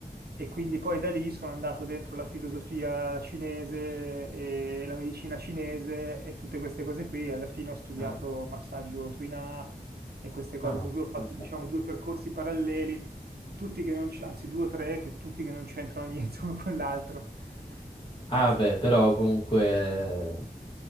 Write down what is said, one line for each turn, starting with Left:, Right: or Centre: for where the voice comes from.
Right: e quindi poi da lì sono andato dentro la filosofia cinese e la medicina cinese e tutte queste cose qui, e alla fine ho studiato
Left: ah,
Right: massaggio Tuina e queste cose,
Left: ah.
Right: per cui ho fatto
Left: Interessante.
Right: diciamo due percorsi paralleli, tutti che non c- anzi due o tre, che tutti che non c'entrano niente <laughs> uno con l'altro. <laughs>
Left: Ah, beh, però comunque...